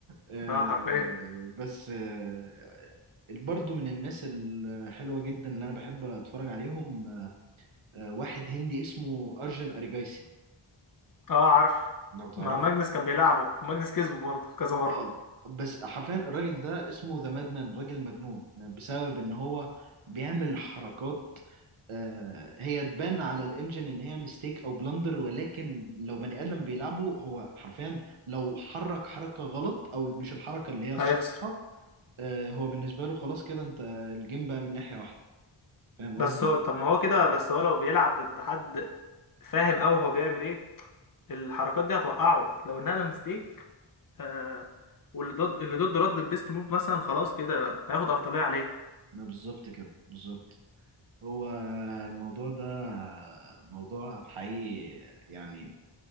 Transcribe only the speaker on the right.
آه،
بس آه، برضو من الناس الحلوة جدا اللي أنا بحب أتفرج عليهم آه، واحد هندي اسمه أرجن أريجايسي
لو تعرفه
اه بس حرفيا الراجل ده اسمه ذا مادمان راجل مجنون بسبب إن هو بيعمل حركات آه، هي تبان على الانجن ان هي ميستيك او بلندر ولكن لو بني ادم بيلعبه هو حرفيا لو حرك حركه غلط او مش الحركه اللي هي الصح
آه، هو بالنسبة له خلاص كده انت الجيم بقى من ناحية واحدة فاهم
قصدي؟
لا، بالظبط كده بالظبط هو الموضوع ده موضوع حقيقي يعني